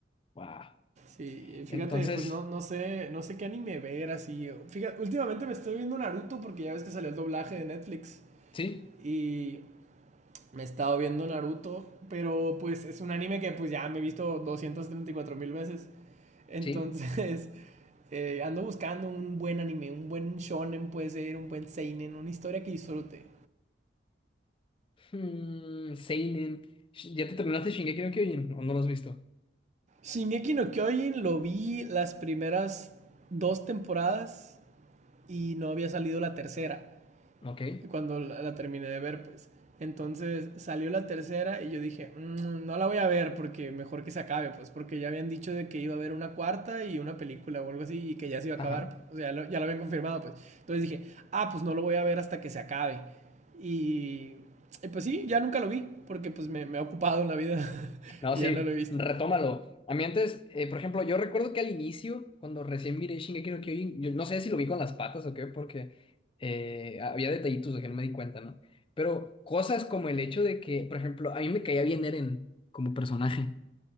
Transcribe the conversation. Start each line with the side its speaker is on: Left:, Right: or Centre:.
Left: Wow.
Right: Sí, y fíjate,
Left: Entonces,
Right: pues no, no sé, no sé qué anime ver así. Fíjate, últimamente me estoy viendo Naruto porque ya ves que salió el doblaje de Netflix.
Left: sí,
Right: Y Me he estado viendo Naruto, pero pues es un anime que pues ya me he visto 234 mil veces. Entonces,
Left: sí.
Right: <laughs> eh, ando buscando un buen anime, un buen shonen puede ser, un buen seinen, una historia que disfrute.
Left: Hmm, Seinen. Sh- ¿Ya te terminaste Shingeki no Kyojin o no lo has visto?
Right: Shingeki no Kyojin lo vi las primeras dos temporadas y no había salido la tercera.
Left: Ok.
Right: cuando la, la terminé de ver, pues. Entonces salió la tercera y yo dije, "Mm, no la voy a ver porque mejor que se acabe, pues porque ya habían dicho de que iba a haber una cuarta y una película o algo así y que ya se iba
Left: Ajá.
Right: a acabar, o sea, ya lo, ya lo habían confirmado, pues. Entonces dije, ah, pues no lo voy a ver hasta que se acabe. Y, y pues sí, ya nunca lo vi porque pues me, me ha ocupado en la vida <laughs>
Left: No,
Right: y
Left: sí,
Right: ya no lo he visto.
Left: retómalo. A mí antes, eh, por ejemplo, yo recuerdo que al inicio, cuando recién miré Shingeki no Kyojin, yo no sé si lo vi con las patas o qué, porque eh, había detallitos de que no me di cuenta, ¿no? Pero cosas como el hecho de que, por ejemplo, a mí me caía bien Eren como personaje.